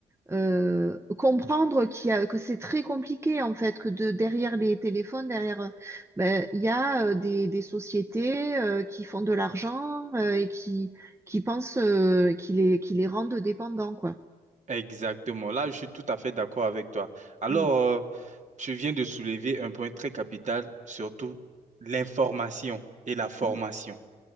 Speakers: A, on the right; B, on the right.
A: euh, comprendre qu'il y a, que c'est très compliqué en fait, que de derrière les téléphones, derrière, euh, ben il y a euh, des, des sociétés euh, qui font de l'argent euh, et qui qui pensent euh, qui les qui les rendent dépendants quoi.
B: Exactement. Là, je suis tout à fait d'accord avec toi. Alors,
A: Mm,
B: euh, tu viens de soulever un point très capital, surtout l'information et la formation.
A: mm,